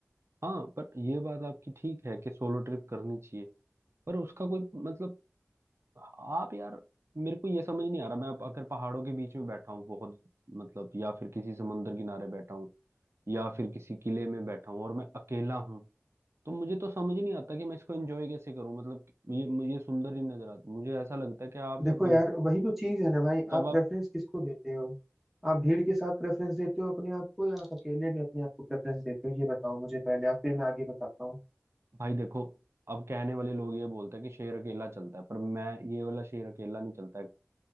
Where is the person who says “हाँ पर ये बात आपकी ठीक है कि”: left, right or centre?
Right